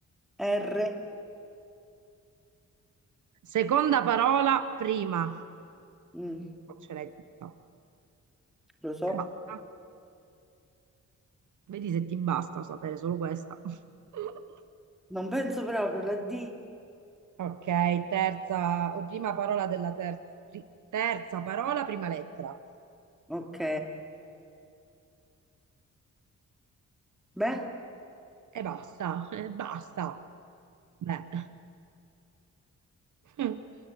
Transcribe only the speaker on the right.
Seconda parola, prima.
Oh, ce l'hai tutta.
E basta. Vedi se ti basta sapere solo questa. <laughs>
Ok, terza o prima parola della terza, terza parola, prima lettera.
E basta, <laughs> e basta. Beh. <laughs>